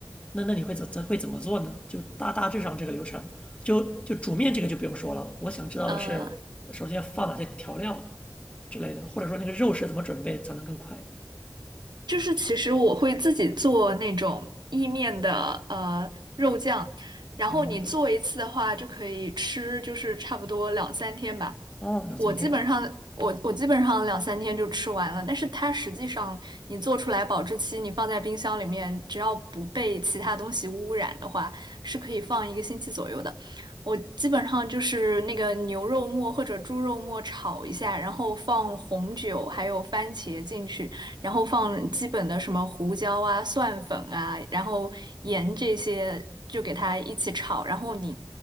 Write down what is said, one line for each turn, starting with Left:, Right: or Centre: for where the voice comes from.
Left: 那那你会怎怎会怎么做呢？就大大致上这个流程，就就煮面这个就不用说了。我想知道的是，
Right: 呃，
Left: 首先要放哪些调料之类的，或者说那个肉是怎么准备才能更快。
Right: 就是其实我会自己做那种意面的呃肉酱，然后你做一次的话就可以吃，
Left: 哦，那么就
Right: 就是差不多两三天吧。
Left: 哦两三天
Right: 我基本上我我基本上两三天就吃完了，但是它实际上你做出来保质期，你放在冰箱里面，只要不被其他东西污染的话，是可以放一个星期左右的。我基本上就是那个牛肉末或者猪肉末炒一下，然后放红酒还有番茄进去。然后放基本的什么胡椒啊、蒜粉啊，然后盐这些就给它一起炒，然后你